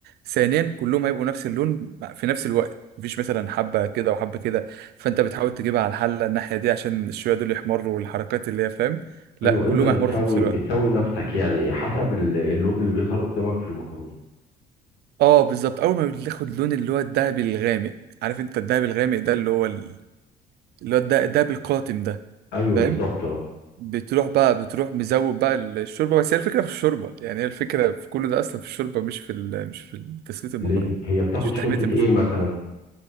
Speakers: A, on the right (about 70°); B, on the left (about 85°).
A: ثانيا كلهم هيبقوا نفس اللون في نفس الوقت مفيش مثلا حبة كده وحبة كده فأنت بتحاول تجيبها على الحلة الناحية دي عشان الشوية دول يحمروا والحركات اللي هي فاهم لا
B: ايوه انت
A: كلهم
B: بتسوي
A: هيحمروا في نفس الوقت
B: بتسوي نفسك يعني حسب ال- اللون اللي بيظهر قدامك في المكرونه
A: اه بالظبط اول ما بتاخد لون اللي هو الدهبي الغامق عارف انت الدهبي الغامق ده اللي هو ال- اللي هو الد- الدهبي القاتم ده
B: ايوه
A: فاهم
B: بالظبط اه
A: بتروح بقى بتروح مزود بقى الشوربه بس هي الفكره في الشوربه يعني هي الفكره في كل ده اصلا في الشوربه مش في ال... مش في تسويه المكرونه
B: ليه هي بتاخد
A: مش في
B: شوربة
A: تحميه المشروب
B: ايه مثلا